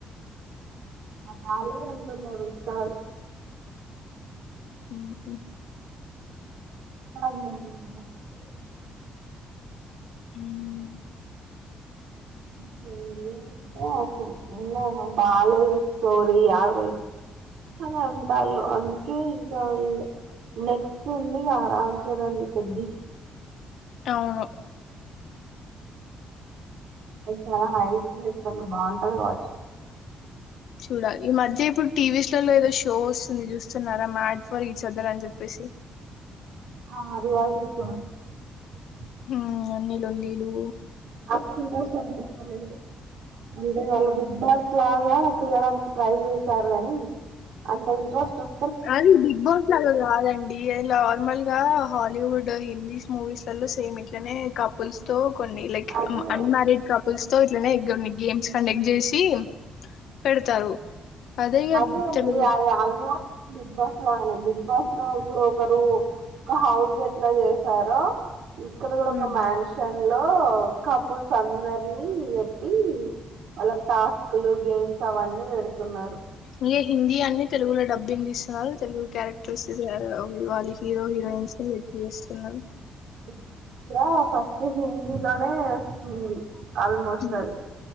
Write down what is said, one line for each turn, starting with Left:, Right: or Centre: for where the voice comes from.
Right: <unintelligible> థర్డ్
Left: హ్మ్ హ్
Right: <unintelligible>
Left: హ్మ్
Right: <unintelligible> బాలేదు స్టోరీ యావరేజ్ అని అంటళ అందుకే ఇంకా వెళ్ళలే నెక్స్ట్ ఉంది రామ్ చరణ్ ది పెద్ది
Left: అవును
Right: <unintelligible> బాగుంటది కావచ్చు
Left: చూడాలి. ఈ మధ్య ఇప్పుడు టీవీస్లలో ఏదో షో వస్తుంది చూస్తున్నారా మ్యాడ్ ఫోర్ ఈచ్ అద్దర్ అని చెప్పేసి.
Right: ఆ అది <unintelligible>
Left: హ్మ్ అన్ని లొల్లిలు
Right: అప్పుడు <unintelligible> వీడుగాళ్ళు బిగ్ బాస్ లాగా తీయడానికి ట్రై చేశారు గని అంత ఇంట్రెస్ట్ వస్
Left: అది బిగ్ బాస్ లా కాదండి అది నార్మల్ గా హాలీవుడ్ హిందీస్ మూవీస్లలో సేమ్ ఇట్లనే కపుల్స్ తో కొని లైక్
Right: అదే
Left: అన్మారిడ్ కపుల్స్ తో ఇట్లనే ఎగ్గుర్ని గేమ్స్ కండక్ట్ చేసి పెడతారు ఇగ
Right: అదే అండి
Left: తెలుగు
Right: అది ఆల్మోస్ట్ బిగ్ బస్ లాగానే బిగ్ బస్ లా ఒకరు ఒకరు అహ హౌస్ గట్ల చేసార ఇక్కడ కూడా
Left: హ్మ్.
Right: ఒక మనిషన్ లో కపుల్స్ అందరినీ పెట్టి వాళ్ళకు టాస్క్ లు గేమ్స్ అవన్నీ పెడుతున్నారు
Left: ఇగ హిందీ అన్ని తెలుగులో డబ్బింగ్ తీస్తున్నారు తెలుగు క్యారెక్టర్స్ ఇస్ ఆరో వాళ్ళు హీరో హీరోయిన్స్ పెట్టి చేస్ తిన్నరు
Right: డిగ్రీ <unintelligible> ఫస్ట్ హిందీ లోనే వచ్చింది ఆల్మోస్ట్
Left: హ్మ్.
Right: అది